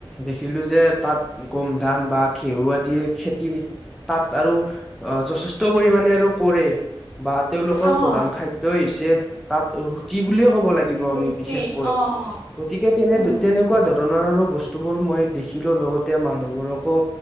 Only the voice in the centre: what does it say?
দেখিলো যে তা'ত গোম ধান বা ঘেঁহু আদিৰ খেতি। তা'ত আৰু অ যথেষ্ট পৰিমানে আৰু কৰে। বা তেওঁলোকৰ
প্ৰধান খাদ্যই হৈছে তাত ৰুটি বুলিয়ে ক'ব লাগিব আমি
বিশেষকৈ
গতিকে তেনে
তেনে নেকুৱা ধৰণৰ আৰু বস্তুবোৰ মই দেখিলো লগতে মানুহবোৰকো